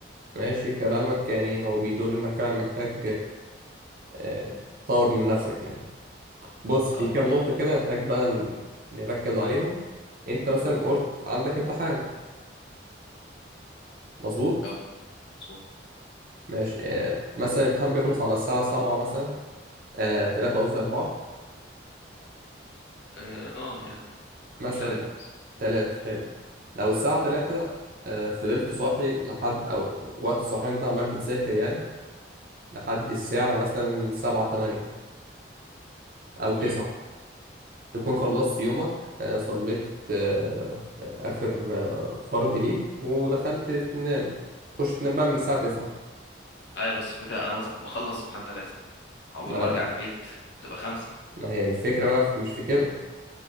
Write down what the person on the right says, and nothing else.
ماشي كلامك يعني هو بيدل إنك فعلا محتاج آه تطور من نفسك يعني بص في
كام نقطة كده نحتاج بقى ن- نركز عليهم أنت مثلا قلت عندك امتحان مظبوط؟
ماشي آه مثلا الامتحان بيخلص على الساعة سبعة مثلا آه تلاتة قصدي أربعة
مثلا
تلاتة لو الساعة تلاتة آه، فضلت صاحي لحد أو وقت الصحيان ده عمال بتذاكر يعني لحد الساعة مثلا سبعة تمانية أو تسعة
تكون خلصت يومك آه، صليت آه، آخر آه، فرض ليك ودخلت تنام تخش تنام بقى من الساعة تسعة
ما
أنا-
ما هي الفكرة بقى في- مش في كده